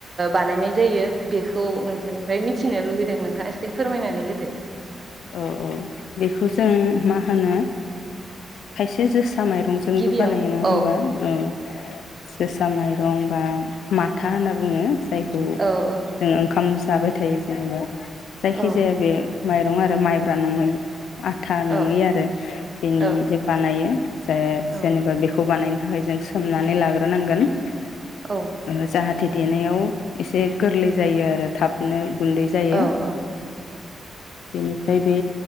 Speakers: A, on the right (about 35°); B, on the left (about 85°).
A: बानायनाय जायो बेखौ नोंथांनिफ्राय मि मिथिनो लुबैदों नोंथाङा एसे फोरमायनानै होदो
B: औ औ बेखौ जों मा होनो खायसे जोसा माइरंजोंबो
A: गिबियाव
B: बानायो नङा होनबा
A: औ
B: औ जोसा माइरं बा माथा होनना बुङो जायखौ
A: औ औ
B: जों ओंखाम जाबाय थायो जेनेबा जायखि
A: औ
B: जाया बे माइ आरो माइब्रा नङै आथा
A: औ
B: नङै आरो बेनि
A: औ
B: जे बानायो से
A: औ
B: जेननिफ्राया बिखौ बानायनि थाखाय जों सोमनानै लाग्रोनांगोन ओं
A: औ
B: जाहाथे देनायाव एसे गोरलै जायो आरो थाबनो गुन्दै जायो
A: औ औ
B: बेनिफ्राय बे